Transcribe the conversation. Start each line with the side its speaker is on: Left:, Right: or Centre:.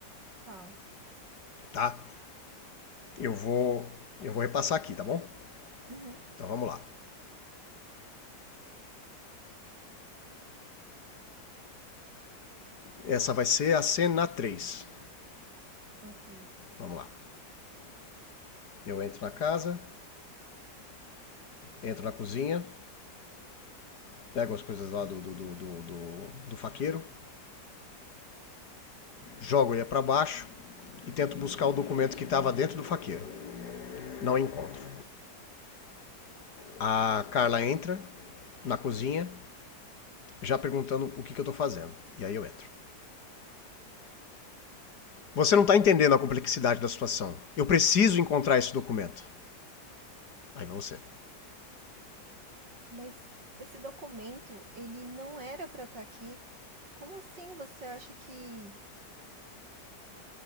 Right: Tá.
Left: tá? Eu vou, eu vou repassar aqui, tá bom?
Right: Uhum.
Left: Então vamos lá. Essa vai ser a cena três
Right: Ok.
Left: Vamos lá. Eu entro na casa, entro na cozinha, pego as coisas lá do, do, do, do, do faqueiro, Jogo ele para baixo e tento buscar o documento que estava dentro do faqueiro. Não encontro. A Carla entra na cozinha, já perguntando o que, que eu estou fazendo. E aí eu entro. Você não está entendendo a complexidade da situação. Eu preciso encontrar esse documento. Aí vai você.
Right: Mas esse documento, ele não era pra estar aqui. Como assim você acha que